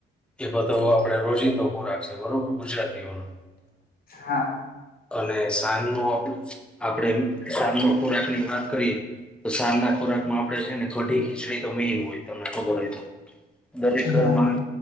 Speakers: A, in the centre; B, on the left.
A: એ બધો આપણે રોજિંદો ખોરાક છે બરોબર ગુજરાતીઓનો
B: હા
A: અને સાંજનો આપણે સાંજનો ખોરાક ની વાત કરીએ તો સાંજના ખોરાક માં આપણે જોઈએને કઢી ખીચડી તો મેઈન હોય તમને ખબર હોય તો દરેક
B: હા
A: ઘરમાં
B: હા